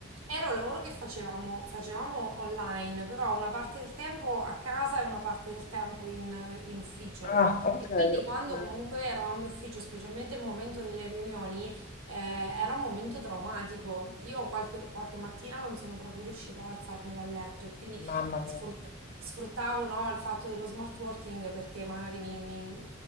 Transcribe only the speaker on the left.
Ah, ok,
ok.
Mamma mia.